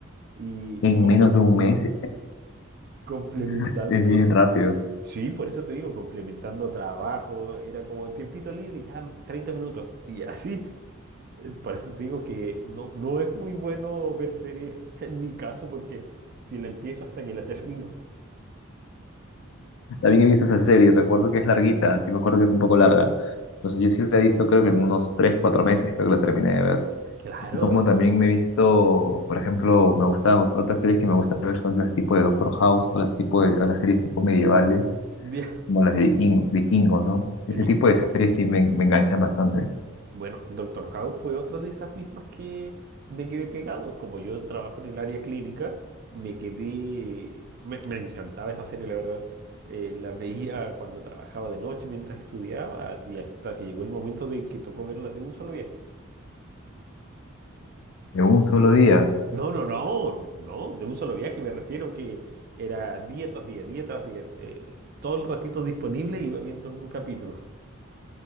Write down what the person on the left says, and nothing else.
En
menos de un mes
<laughs> es bien rápido.
También he visto esa serie, recuerdo que es larguita, sí me acuerdo que es un poco larga. Entonces yo sí la he visto creo que en unos 3 4 meses creo que la terminé de ver.
Así como también me he visto, por ejemplo, me gustan ot- otras series que me gusta ver son las tipo de Doctor House o las tipo de, las series tipo medievales
como las de viking- vikingos, ¿no? Ese
tipo de series sí me, me enganchan bastante.
De un solo día.